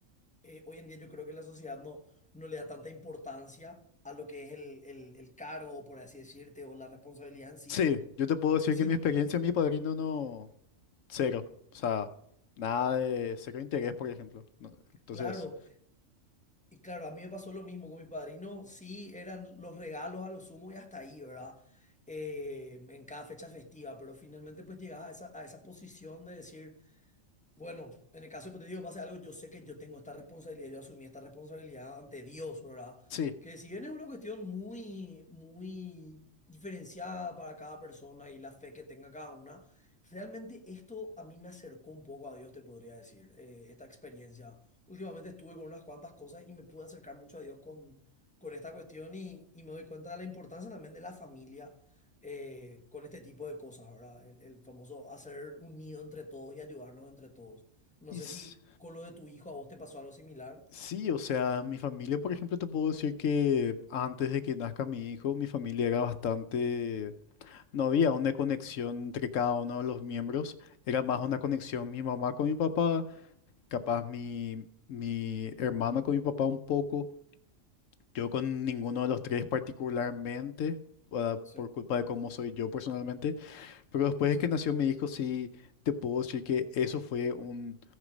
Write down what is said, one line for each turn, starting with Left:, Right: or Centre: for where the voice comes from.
Centre: eh, hoy en día yo creo que la sociedad no, no le da tanta importancia a lo que es el, el, el cargo, por así decirte, o la responsabilidad en sí,
Left: sí. Yo te puedo decir
Centre: sino
Left: que en mi experiencia,
Centre: que,
Left: mi padrino no. cero. O sea, nada de cero interés, por ejemplo. No, Entonces,
Centre: claro, y claro, a mí me pasó lo mismo con mis padrinos, sí, eran los regalos a lo sumo y hasta ahí, ¿verdad? Eh, en cada fecha festiva, pero finalmente pues llegabas a esa, a esa posición de decir... Bueno, en el caso hipotético pase algo, yo sé que yo tengo esta responsabilidad, yo asumí esta responsabilidad ante Dios, ¿verdad?
Left: sí.
Centre: Que si bien es una cuestión muy, muy diferenciada para cada persona y la fe que tenga cada una, realmente esto a mí me acercó un poco a Dios, te podría decir, eh, esta experiencia. Últimamente estuve con unas cuantas cosas y me pude acercar mucho a Dios con, con esta cuestión y, y me doy cuenta de la importancia también de la familia eh, con este tipo de cosas, ¿verdad? El, el famoso hacer un nido entre todos y ayudarnos entre todos. No
Left: Y
Centre: sé
Left: s-
Centre: si con lo de tu hijo a vos te pasó algo similar.
Left: sí, o sea, mi familia, por ejemplo, te puedo decir que antes de que nazca mi hijo, mi familia era bastante... No había una conexión entre cada uno de los miembros. Era más una conexión mi mamá con mi papá, capaz mi, mi hermana con mi papá un poco. Yo con ninguno de los tres particularmente, ah,
Centre: Sí,
Left: por culpa de cómo soy yo personalmente. Pero después
Centre: sí.
Left: de que nació mi hijo, sí te puedo decir que eso fue un,